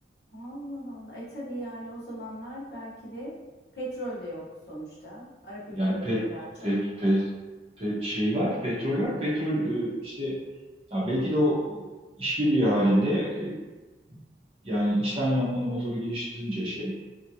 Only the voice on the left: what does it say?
Allah Allah. E tabii yani o zamanlar belki de petrol de yok sonuçta. Arap ülkelerinde
daha çok.